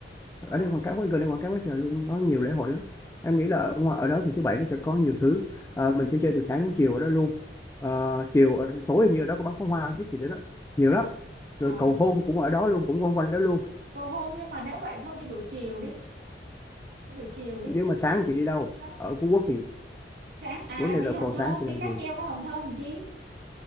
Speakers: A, on the left; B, on the right.
A: ở
B: à
A: đây quảng cáo quá gần đây quảng cáo quá trời luôn có nhiều lễ hội lắm em nghĩ là ở, ngoài- ở đó thì thứ bảy nó sẽ có nhiều thứ Ờ, mình sẽ chơi từ sáng đến chiều ở đó luôn Ờ, chiều ở, tối hình như ở đó có bắn pháo hoa cái gì đó, đó nhiều lắm
B: à
A: rồi cầu hôn cũng ở đó luôn cũng quanh quanh đó luôn
B: cầu hôn nhưng mà nếu vậy thôi đi buổi chiều đi đi buổi chiều đi
A: nhưng mà sáng chị đi đâu
B: nó lúc-
A: ở Phú Quốc thì
B: sáng à
A: vấn đề
B: đi
A: là
B: Hòn
A: vào
B: Thơm
A: sáng chị
B: đi
A: làm
B: cáp
A: gì
B: treo qua Hòn Thơm làm chi